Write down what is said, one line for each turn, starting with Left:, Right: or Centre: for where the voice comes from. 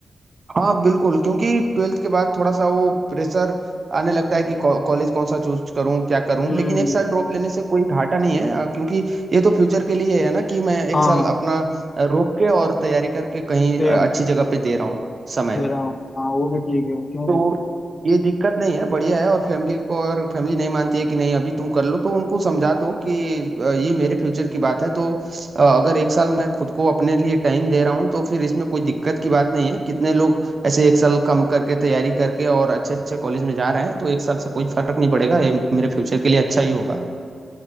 Right: हाँ बिल्कुल क्योंकि ट्वेल्थ के बाद थोड़ा सा वो प्रेशर आने लगता है कि कॉलेज कौन सा चूज करूँ क्या करूँ
Left: हम्म
Right: लेकिन एक साल ड्रॉप लेने से कोई घाटा नहीं है अ, क्योंकि ये तो फ्यूचर के लिए है ना कि मैं एक
Left: हाँ
Right: साल अपना अ, रोक के और तैयारी करके कहीं
Left: तैयार
Right: अ, अच्छी जगह पे दे रहा हूँ समय
Left: दे रहा हूँ हाँ वो भी ठीक है क्यों
Right: तो ये दिक्कत नहीं है बढ़िया है और फैमिली को और फैमिली नहीं मानती है कि नहीं अभी तुम कर लो तो उनको समझा दो कि अ, ये मेरे फ्यूचर की बात है तो अ, अगर एक साल मैं खुद को अपने लिए टाइम दे रहा हूँ तो फिर इसमें कोई दिक्कत की बात नहीं है कितने लोग ऐसे एक साल कम करके तैयारी करके और अच्छे अच्छे कॉलेज में जा रहे हैं तो एक साल से कोई फर्क नहीं पड़ेगा ये मेरे फ्यूचर के लिए अच्छा ही होगा